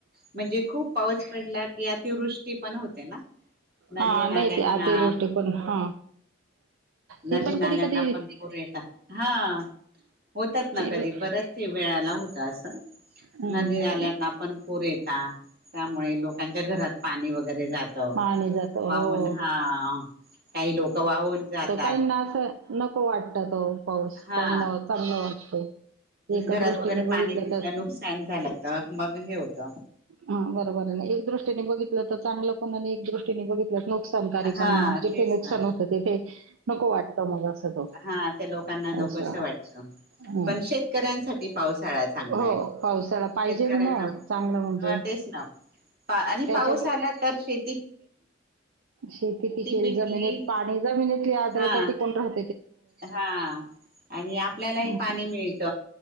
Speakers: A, on the right (about 50°); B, on the right (about 75°).
A: म्हण म्हणजे खूप पाऊस पडला कि अतिवृष्टी पण होते ना, नदी
B: हा
A: नाल्यांना
B: नाही ते अतिवृष्टी पण हा. ते
A: नदी
B: पण
A: नाल्यांना
B: कधी कधी
A: पण पूर येतात हा. होतात ना
B: ते
A: कधी बरच वेळाला होत असं
B: हम्म
A: नदी नाल्यांना पण पूर पुर येणार <unintelligible> त्यामुळे लोकांच्या घरात पाणी वग वगैरे जात वाहून
B: पाणी जात हो
A: ह काही लोक वाहून जात.
B: काहीना असं नको वाटतं. हो. पाऊस
A: हा
B: काहींना चांगला वाटतो. एका
A: घरात
B: दृष्टीने
A: वगैरे
B: बघितलं
A: पाणी घुसले
B: तर
A: नुकसान झालं तर मग हे होत.
B: हा बरोबर एक दृष्टीने बघितलं तर चांगलं. कोनाले एक दृष्टीने बघितल. नुकसानकारी
A: हा
B: पण जिथे
A: तेच
B: नुकसान
A: ना
B: होतं तिथे नको वाटतं मला असं. तो
A: हा त्या लोकांना नकोस
B: पावसाळा.
A: वाटत.
B: हं.
A: पण शेतकऱ्यांसाठी पावसाळा चांगला
B: हो
A: आहे.
B: पावसाळा पाहिजेच
A: शेतकऱ्यांना
B: ना चांगलं म्हणजे
A: ह तेच ना आणि
B: त्याच्या
A: पाऊस आला तर शेत
B: शेती टिकेल
A: पिकली
B: जमिनीत पाणी जमिनीतली आर्द्र
A: हा
B: टिकून राहत.
A: हा आणि आपल्यालाही
B: असं.
A: पाणी मिळत